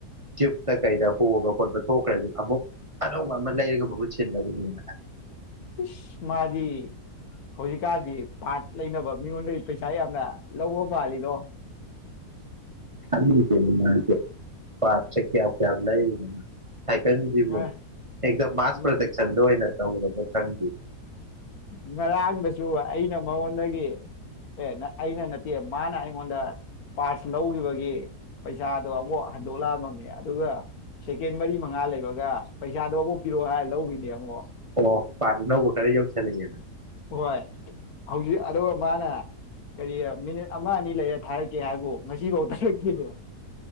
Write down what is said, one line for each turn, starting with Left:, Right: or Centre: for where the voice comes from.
Right: ꯇ꯭ꯌꯨꯕꯇ ꯀꯩꯗ ꯍꯣꯕ ꯈꯣꯠꯄ ꯇꯣꯛꯈ꯭ꯔꯁꯨ ꯑꯃꯨꯛ ꯑꯅꯧꯕ ꯑꯃ ꯂꯩꯔꯒ ꯃꯍꯨꯠ ꯁꯤꯜꯅꯕꯅꯦꯅ ꯍꯥꯏ
Left: ꯏꯁ ꯃꯥꯗꯤ ꯍꯧꯖꯤꯛꯀꯥꯟꯗꯤ ꯄꯥꯔꯠ ꯂꯩꯅꯕ ꯃꯤꯉꯣꯟꯗꯗꯤ ꯄꯩꯁꯥ ꯌꯥꯝꯅ ꯂꯧꯕ ꯃꯥꯥꯜꯂꯤꯗꯣ
Right: <unintelligible> ꯄꯥꯔꯠꯁꯦ ꯀꯌꯥꯝ ꯀꯌꯥꯝ ꯂꯩꯔꯤꯅꯣ ꯃꯥ ꯁꯥꯏꯀꯜꯁꯤꯕꯨ
Left: ꯉ
Right: ꯍꯦꯛꯇ ꯃꯥꯁ
Left: ꯉ
Right: ꯄ꯭ꯔꯗꯛꯁꯟꯗ ꯑꯣꯏꯅ ꯇꯧꯔꯕ ꯈꯪꯗꯦ
Left: ꯉꯔꯥꯡꯗꯁꯨ ꯑꯩꯅ ꯃꯉꯣꯟꯗꯒꯤ ꯑꯦ ꯑꯩꯅ ꯅꯠꯇꯦ ꯃꯥꯅ ꯑꯩꯉꯣꯟꯗ ꯄꯥꯔꯁ ꯂꯧꯈꯤꯕꯒꯤ ꯄꯩꯁꯥꯗꯣ ꯑꯃꯨꯛ ꯍꯟꯗꯣꯛꯂꯛꯑꯝꯅꯦ ꯑꯗꯨꯒ ꯁꯦꯀꯦꯟ ꯃꯔꯤ ꯃꯉꯥ ꯂꯩ ꯒ ꯒ ꯄꯩꯁꯥꯗꯣ ꯑꯃꯨꯛ ꯄꯤꯔꯑꯣ ꯍꯥꯏ ꯂꯧꯈꯤꯅꯦ ꯑꯃꯨꯛ
Right: ꯑꯣ ꯄꯥꯔꯠ ꯑꯅꯧꯕ ꯈꯔ ꯌꯧꯁꯜꯂꯛꯑꯦ
Left: ꯍꯣꯏ ꯍꯧꯖꯤꯛ ꯑꯗꯨꯒ ꯃꯥꯅ ꯀꯔꯤ ꯃꯤꯅꯤꯠ ꯑꯃ ꯑꯅꯤ ꯂꯩꯔ ꯊꯥꯔꯛꯀꯦ ꯍꯥꯏꯕꯨ ꯉꯁꯤꯐꯥꯎ ꯊꯥꯔꯛꯈꯤꯕ꯭ꯔꯣ